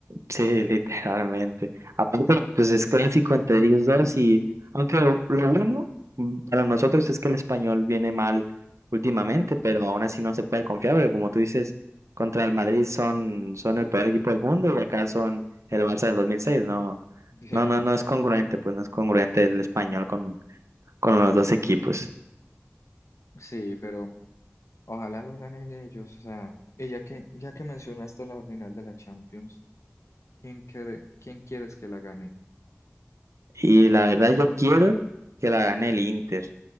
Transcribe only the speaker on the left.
<laughs>
Sí,
sí, pero ojalá lo ganen ellos, o sea, y ya que, ya que mencionaste la final de la Champions, ¿quién quiere, quién quieres que la gane?